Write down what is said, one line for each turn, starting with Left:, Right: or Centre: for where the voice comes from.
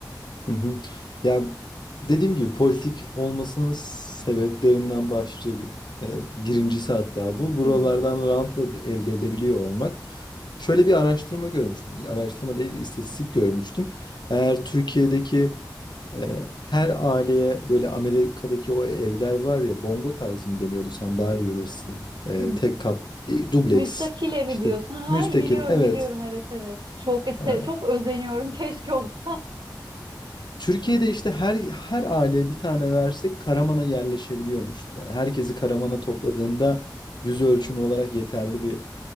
Left: hı hı. Ya dediğim gibi politik olmasının sebeplerinden başlıca bir, e, birincisi hatta bu. Buralardan
Right: Hı hı.
Left: rant ed- elde edebiliyor olmak. Şöyle bir araştırma görmüştüm. Bir araştırma değil, istatistik görmüştüm. Eğer Türkiye'deki Ee, her aileye böyle Amerika'daki o evler var ya bongo tarzı mı deniyordu sen daha iyi bilirsin. Ee,
Right: M-
Left: tek kat, e, dubleks
Right: Müstakil evi
Left: işte
Right: diyorsun. Ha,
Left: müstakil
Right: iyi biliyorum
Left: evet.
Right: biliyorum. Evet evet. Çok ese-
Left: Ee,
Right: çok özeniyorum. Keşke olsa.
Left: Türkiye'de işte her her aileye bir tane versek Karaman'a yerleşebiliyormuşuz. Yani herkesi Karaman'a topladığında yüz ölçümü olarak yeterli bir